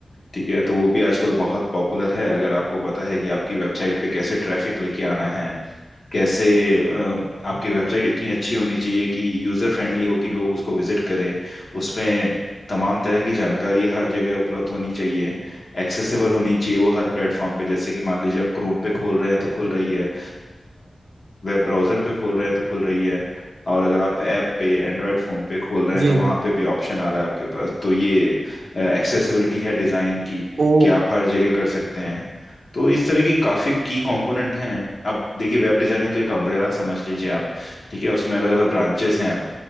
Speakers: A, on the left; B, on the right.
A: ठीक है तो वो भी आजकल बहुत पॉपुलर है अगर आपको पता है कि आपकी वेबसाइट पे कैसे ट्रैफिक लेके आना है कैसे अ, आपकी वेबसाइट इतनी अच्छी होनी चाहिए कि यूजर फ्रेंडली हो कि लोग उसको विजिट करें उसमें तमाम तरह की जानकारी हर जगह उपलब्ध होनी चाहिए एक्सेसिबल होनी चाहिए वो हर प्लेटफॉर्म पे जैसे कि मान लीजिए आप क्रोम पे खोल रहे हैं तो खुल रही है वेब ब्राउजर पे खोल रहे हैं तो खुल रही है और अगर आप ऐप पे एंड्रॉयड फ़ोन पे खोल रहे हैं
B: जी
A: तो वहाँ
B: जी
A: पे भी ऑप्शन आ रहा है आपके पास तो ये एक्सेसिबिलिटी है डिज़ाइन की
B: ओ
A: कि आप हर जगह कर सकते हैं तो इस तरह की काफ़ी की कंपोनेंट हैं अब देखिए वेब डिज़ाइन है तो एक अम्ब्रेला समझ लीजिए आप ठीक है उसमें अलग अलग ब्रांचेस हैं अब,